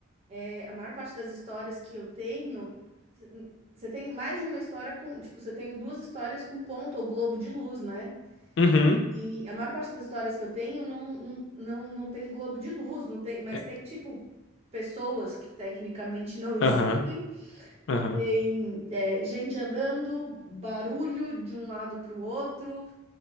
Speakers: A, on the right (about 30°); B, on the left (about 60°).
A: é, a maior parte das histórias que eu tenho, c- você tem mais de uma história com, tipo, você tem duas histórias com ponto ou globo de luz, né?
B: Uhum.
A: E a maior parte das histórias que eu tenho não, não, não, não tem globo de luz, não tem, mas
B: É,
A: tem, tipo, pessoas que tecnicamente não existem,
B: Aham. Aham.
A: tem, é, gente andando, barulho de um lado para o outro.